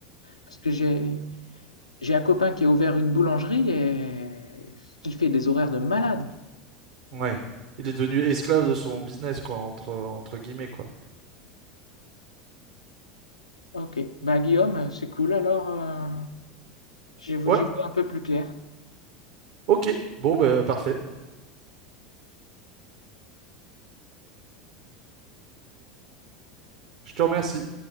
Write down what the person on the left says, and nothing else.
Parce que j'ai j'ai un copain qui a ouvert une boulangerie et il fait des horaires de malade.
Ok, bah Guillaume, c'est cool alors. euh, j'y vois
j'y vois un peu plus clair.